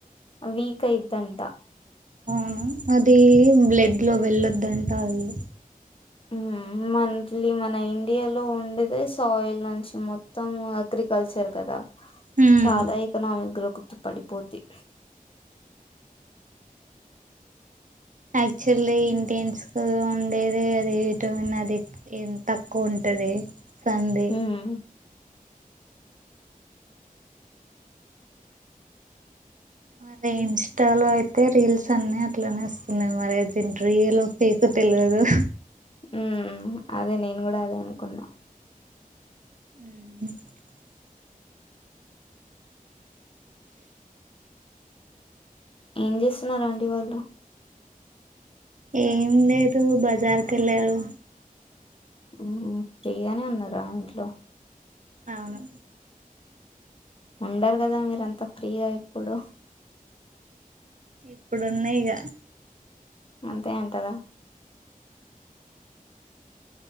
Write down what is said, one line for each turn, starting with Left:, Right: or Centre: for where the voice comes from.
Left: వీక్ అయిందంట
Right: అవును అది బ్లడ్ లో వెళ్ళొద్దంట అది
Left: హ్మ్మ్ మంత్లీ మన ఇండియాలో ఉండేదే సాయిల్ నుంచి మొత్తం అగ్రికల్చర్ కదా
Right: ఉమ్
Left: చాలా ఎకనామిక్ గ్రొత్ పడిపోద్ది
Right: యాక్చాలి ఇంటెన్స్కు ఉండేది అది విటమిన్ అది ఈ తక్కువ ఉం టది సన్డే
Left: ఉమ్,
Right: మరి ఇన్స్టాలో అయితే రీల్స్ అన్ని అట్లనే వస్తున్నయి మరి అది రీయలో ఫేకొ తెలవదు
Left: హ్మ్ అదే నేను గుడా అదే అనుకున్నా
Right: ఆ
Left: ఏం చేస్తున్నారు ఆంటీ వాళ్ళు
Right: ఏం లేదు బజార్ కెళ్ళారు
Left: హ్మ్ హు ప్రిగానే ఉన్నరా ఇంట్లో
Right: అవును
Left: ఉండరు కదా మీరు అంత ఫ్రీగా ఎప్పుడు
Right: ఇప్పుడు ఉన్నాయిగ
Left: అంతే ఎంటరా